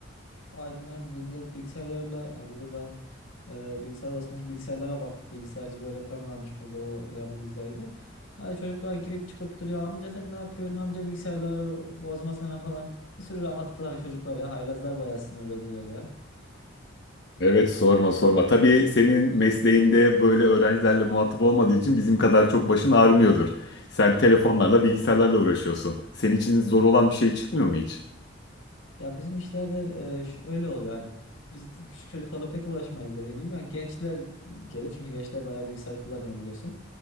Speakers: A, on the left; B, on the left.
A: Aynen abi ben de bilgisayarlarla hani burada e, bilgisayar odasındaki bilgisayarlara baktık. Bilgisayarcı bir öğretmen varmış burada o yanımızdaydı. Hay çocuklar girip çıkıp duruyor. Amca sen ne yapıyorsun? Amca bilgisayarları bozmasana falan. Bir sürü laf attılar çocuklar ya. Haylazlar bayağı sizin öğrenciler ya.
B: Evet sorma sorma. Tabii senin mesleğinde böyle öğrencilerle muhatap olmadığı için bizim kadar çok başın ağrımıyordur. Sen telefonlarla, bilgisayarlarla uğraşıyorsun. Senin için zor olan bir şey çıkmıyor mu hiç?
A: Ya bizim işlerde e, şöyle oluyor hani biz küçük çocuklarla pek uğraşmayız dediğin gibi. Yani gençler gelir çünkü gençler bayağı bilgisayar kullanıyor biliyorsun.